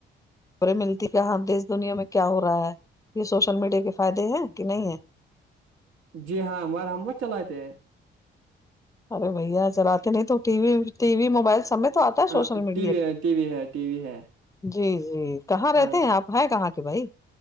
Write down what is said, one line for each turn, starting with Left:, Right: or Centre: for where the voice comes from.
Left: خبریں ملتی کہاں د اس دنیا میں کیا ہو رہا ہے یہ سوشل میڈیا کے فائدے ہیں کہ نہیں ہے
Right: جی ہاں ہمار ہمت چلاتے ہیں
Left: ارے بھیا چلاتتے نہیں تو T V T V mobile سمیت تو آتا ہے
Right: ہاں،
Left: سوشل میڈیا
Right: ٹی وی
Left: پ
Right: ہے ٹی وی ہے ٹی وی ہے
Left: جی جی کہاں رہتے
Right: ہاں
Left: ہیں آپ ہیں کہاں کے بھائی